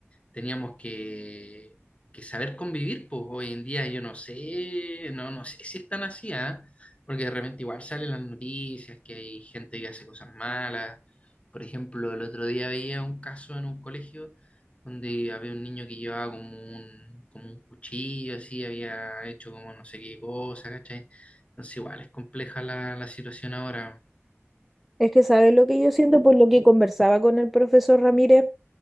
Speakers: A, on the left; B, in the centre.
A: teníamos que, que saber convivir, pues hoy en día yo no sé, no, no sé si es tan así, ¿ah? Porque de repente igual salen las noticias que hay gente que hace cosas malas. Por ejemplo, el otro día veía un caso en un colegio donde había un niño que llevaba como un, como un cuchillo, así, había hecho como no sé qué cosa, ¿cachai? Entonces igual es compleja la, la situación ahora.
B: Es que, ¿sabes lo que yo siento? Por lo que conversaba con el profesor Ramírez,